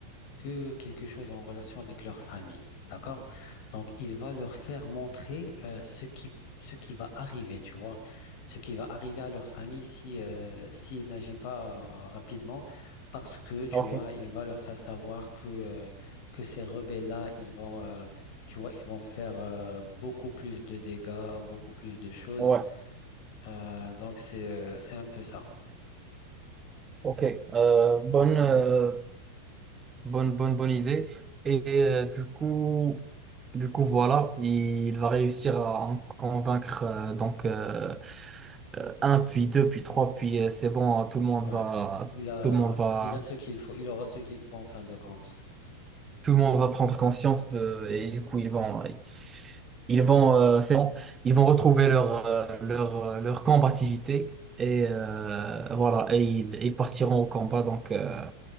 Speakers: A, on the left; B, on the right.
A: que quelque chose en relation avec leur famille. D'accord? Donc, il va leur faire montrer euh, ce qui, ce qui va arriver, tu vois, ce qui va arriver à leur famille si, euh, s'il n'agit pas euh, rapidement, parce que, tu
B: Ok,
A: vois, il va leur faire savoir que, euh, que ces rebelles-là, ils vont, euh, tu vois, ils vont faire euh, beaucoup plus de dégâts, beaucoup plus de choses.
B: ouais,
A: Euh, donc, c'est, euh, c'est un peu ça.
B: ok. Euh, bonne, euh, Bonne, bonne, bonne idée. Et euh, du coup, du coup, voilà, il va réussir à en convaincre euh, donc euh, un, puis deux, puis trois, puis euh, c'est bon, euh, tout le monde
A: Ouais.
B: va,
A: Il a,
B: tout le monde va,
A: il a ce qu'il faut, il aura ce qu'il faut en fin de compte.
B: tout le monde va prendre conscience de, et du coup, ils vont, ils vont, euh, c'est bon, ils vont retrouver leur, euh, leur, euh, leur combativité et euh, voilà, et ils, ils partiront au combat. Donc, euh,